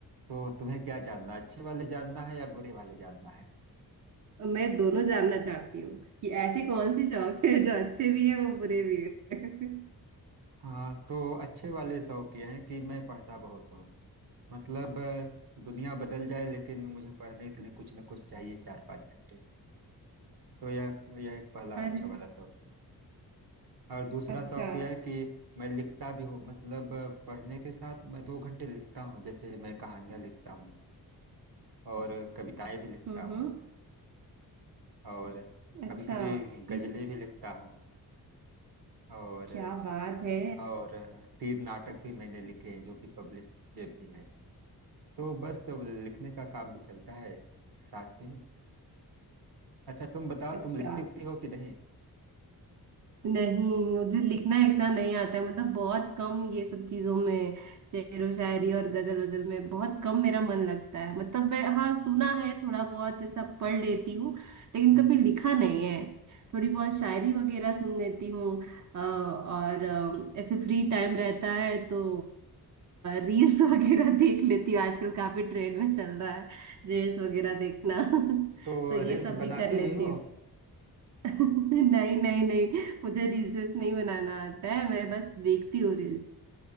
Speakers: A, on the right; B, on the right.
A: तो तुम्हें क्या जानना अच्छे वाले जानना है या बुरे वाले जानना है
B: मैं दोनों जानना चाहती हूँ कि ऐसे कौन से शौक है जो अच्छे भी है वो बुरे भी है <laughs>
A: हाँ तो अच्छे वाले शौक ये हैं कि मैं पढ़ता बहुत हूँ मतलब अ, दुनिया बदल जाए लेकिन मुझे पढ़ने के लिए कुछ न कुछ चाहिए चार पाँच घंटे तो यह यह एक पहला
B: अरे
A: अच्छा वाला शौक और दूसरा
B: अच्छा
A: शौक यह है कि मैं लिखता भी हूँ मतलब पढ़ने के साथ मैं दो घंटे लिखता हूँ जैसे मैं कहानियाँ लिखता हूँ और कविताएं भी लिखता
B: हम्म
A: हूँ
B: हम्म,
A: और
B: अच्छा
A: कभी कभी गजलें
B: ये
A: भी लिखता हूँ और
B: क्या बात है
A: और तीन नाटक भी मैंने लिखे हैं जो कि पब्लिश किए भी हैं तो बस लिखने का काम भी चलता है साथ में अच्छा तुम बताओ
B: अच्छा
A: तुम लिखती उखती हो कि नहीं
B: नहीं मुझे लिखना लिखना नहीं आता है मतलब बहुत कम ये सब चीजों में शेर व शायरी और गजल वजल में बहुत कम मेरा मन लगता है मतलब मैं हाँ सुना है थोड़ा बहुत ऐसा पढ़ लेती हूँ लेकिन
A: हम्म
B: कभी
A: हम्म।
B: लिखा नहीं है थोड़ी बहुत शायरी वगैरह सुन लेती हूँ अ, और अ, ऐसे फ्री टाइम रहता है तो रील्स <laughs> वगैरह देख लेती हूँ आजकल काफी ट्रेंड में चल रहा है रील्स वगैरह देखना
A: तो
B: <laughs> तो ये
A: रील्स
B: सब भी
A: बनाते
B: कर लेती
A: भी हो
B: हूँ <laughs> नहीं नहीं नहीं मुझे रील्स नहीं बनाना आता है मैं बस देखती हूँ रील्स